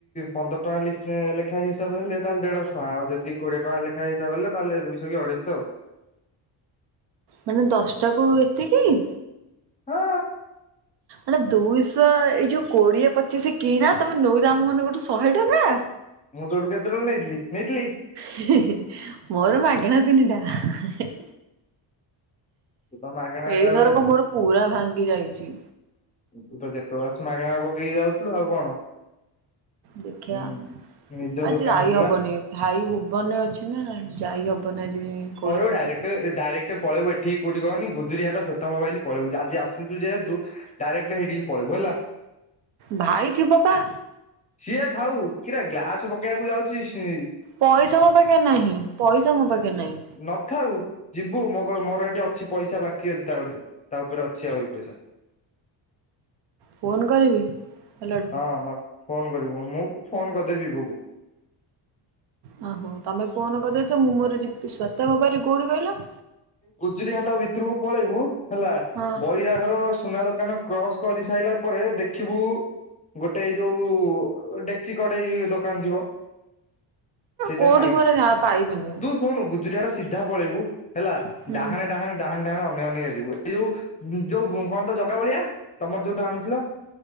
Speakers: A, on the left (about 15°); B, on the right (about 65°).
A: ପନ୍ଦର ଟଙ୍କା ହେଲେ ହିସା ଲେଖା ହେଇ ହିସାବ ହେଲେ ତାହେଲେ ଦେଢ଼ଶହ ଟଙ୍କା ଆଉ ଯଦି କୋଡିଏ ଟଙ୍କା ଲେଖ୍ ହେ ହିସାବଲେ ତାହେଲେ ଦୁଇଶହକି ଅଢ଼େଇଶ ଆଉ,
B: ମାନେ ଦଶଟାକୁୁ ଏତିକି?
A: ହଁ,
B: ମାନେ ଦୁଇଶହ ଏଇ ଯୋଉ କୋଡ଼ିଏ ପଚିଶି କିଣା ତମେ ନଉଛ ଆମ ମାନଙ୍କଠୁନଉଚ ଶହେଟଙ୍କା?
A: ମୁଁ ତୋଠୁ କେତେ ଟଙ୍କା ନେଇଥିଲି-ନେଇଥିଲି?
B: ହେ-ହେ ମୋର ମାଗଣା ତିନିଟା ହେ,
A: ତୁତ ମାଗଣା
B: ଏଇଥରକ
A: ରେ ହେଇଯାଇଥିବ,
B: ମୋର ପୁରା ଭାଙ୍ଗି ଯାଇଛି,
A: ତୁତ ଯେତେବେଳେ ଆଛୁ ମାଗଣା ପକେଇକି ଯାଉଛୁ ଆଉ କଣ,
B: ଦେଖିବା,
A: ହୁଁ ନିଜ
B: ଆଜି
A: ଦୋକାନ
B: ଯାଇ
A: ଥିଲା
B: ହବନି ଭାଇ ଭୁବନରେ ଅଛି ନା ଯାଇ ହବନି ଆଜି କୋଉଠି,
A: ଡାଇରେକ୍ଟର
B: ପକେଇବା
A: ଏ ଡାଇରେକ୍ ଟିକେ ପଳେବୁ ଏଠି କଉଠି କହନି ଗୁଜିରି ହାଟ ଛୋଟମୋବାଇଲି ପଳେଇବୁ ଯା ଆଜି ଆସୁଛୁ ଯେହେତୁ, ଡାଇରେକ୍ଟ ହେଇଠିକି ପଳେଇବୁ ହେଲା,
B: ଭାଇ ଯିବପା,
A: ସିଏ ଥାଉ କିରେ ଗ୍ଲାସ୍ ରୋକେଇବାକୁ ଯାଉଛି ସିଏ,
B: ପଇସା ମୋ ପାଖେରେ ନାହିଁ ପଇସା ମୋ ପାଖେରେ ନାହିଁ,
A: ନଥାଉ ଯିବୁ ମୋ କ ମୋର ଏଠି ଅଛି ପଇସା ବାକି ଅଛି ତା କତିରେ ତା ଉପରେ ଅଛି ଆଉ ଏ ପଇସା,
B: ଫୋନ୍ କରିବି ହେଲା,
A: ହଁ ମ ଫୋନ୍ କରିବୁ ମୁଁ ଫୋନ୍ କରିଦେବି ବୁକୁ,
B: ହଁ ହୋ ତମେ ଫୋନ୍ କରିଦେଇଛ ମୁଁ ମୋର ଯି ସ୍ଵେତା ମୋବାଇ କୋଉଠି କହିଲ?
A: ଗୁଜୁରୀ ହାଟ ଭିତରକୁ ପଳେଇବୁ ହେଲା
B: ହଁ
A: ବୈରା ଘର ସୁନା ଦୋକାନ, କ୍ରସ୍ କରି ସାଇଲା ପରେ ଦେଖିବୁ, ଗୋଟେ ଯୋଉ ଡେକ୍ଚି କଡ଼େଇ ଦୋକାନ ଥିବ, ସେଇଟା
B: କୋଉଠି
A: ସାଇଡରେ
B: ମୋର ନା ପାଇବିନି
A: ତୁ ଶୁଣୁ ଗୁଜୁରିଆର ସେ ସିଧା ପଳେଇବୁ ହେଲା
B: ହୁଁ
A: ଡାହାଣେ-ଡାହାଣେ, ଡାହାଣେ-ଡହାଣେ ଅନେଇ-ଅନେଇ କା ଯିବୁ ଏଇ ଯୋଉ-ଯୋଉ କଣ ତ ଜଗା ଭଳିଆ, ତମର ଯୋଉଟା ଆଣୁଥିଲ,